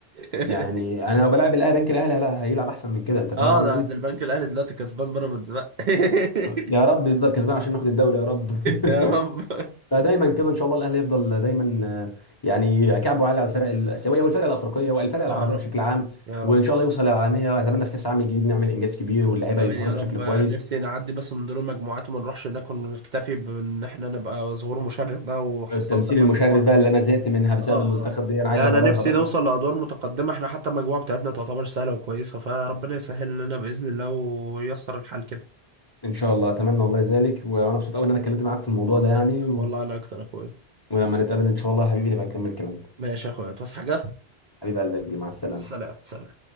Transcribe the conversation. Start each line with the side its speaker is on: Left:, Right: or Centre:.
Right: <laughs>
Left: يعني انا لو بلعب الاهلي بنك الاهلي لا هيلعب احسن من كده انت فاهم
Right: اه
Left: قصدي
Right: ده ده البنك الاهلي دلوقتي كسبان بيراميدز بقى <laughs>
Left: يا رب يفضل كسبان عشان ناخد الدوري يا رب
Right: يا رب
Left: <laughs> فدايما كده ان شاء الله الاهلي يفضل دايما آه، يعني كعبه عالي على الفرق الاسيويه والفرق الافريقيه والفرق العربيه
Right: يا رب
Left: بشكل عام
Right: يا
Left: وان
Right: رب
Left: شاء الله يوصل للعالميه واتمنى في كاس العالم الجديد نعمل انجاز كبير واللعيبه
Right: امين
Left: يظهروا
Right: يا
Left: بشكل
Right: رب
Left: كويس
Right: آه، نفسي نعدي بس من دور المجموعات وما نروحش هناك ونكتفي بان احنا نبقى ظهور مشرف بقى وحصلت
Left: التمثيل
Right: المجموعة
Left: المشرف بقى اللي انا زهقت منها بسبب
Right: اه
Left: المنتخب
Right: اه
Left: دي انا
Right: لا
Left: عايز اغيرها
Right: انا نفسي
Left: بقى
Right: نوصل لادوار متقدمه احنا حتى المجموعه بتاعتنا تعتبر سهله وكويسه فربنا يسهل لنا باذن الله وييسر الحال كده
Left: ان شاء الله اتمنى والله ذلك وانا مبسوط قوي ان انا اتكلمت معاك في الموضوع
Right: والله
Left: ده يعني و...
Right: والله انا اكتر يا اخويا
Left: ولما نتقابل ان شاء الله يا حبيبي نبقى نكمل كلامنا
Right: ماشي يا اخويا تصحى حاجه
Left: حبيب قلبي يا كبير مع السلامه
Right: سلام سلام